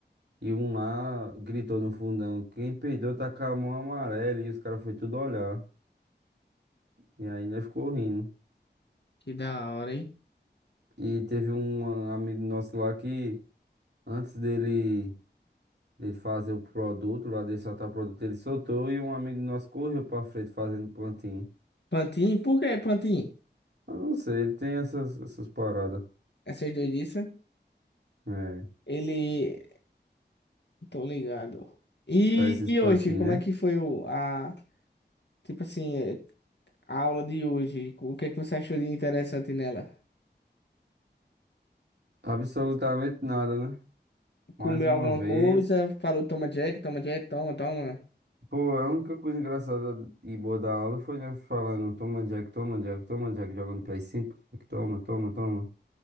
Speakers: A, on the right; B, on the left.
A: E um lá gritou no fundão: Quem peidou tá com a mão amarela, e os caras foi tudo olhar. E ainda ficou rindo.
B: Que da hora, hein?
A: E teve um amigo nosso lá que, antes dele. dele fazer o produto, lá dele soltar o produto, ele soltou e um amigo nosso correu pra frente fazendo plantinho.
B: Pantin, por que Pantin?
A: Eu não sei, ele tem essas, essas paradas.
B: Essas doidices.
A: É,
B: Ele. Tô ligado. E,
A: faz esses
B: e
A: plantinhos,
B: hoje, como
A: né?
B: é que foi o, a, tipo assim, eh, a aula de hoje? O que é que você achou de interessante nela?
A: Absolutamente nada, né?
B: Comeu
A: Mais uma
B: alguma
A: vez.
B: coisa? Falou, toma Jack, toma Jack, toma, toma.
A: Pô, a única coisa engraçada e boa da aula foi nós falando, toma Jack, toma Jack, toma Jack, jogando Play 5. Jack, Toma, toma, toma.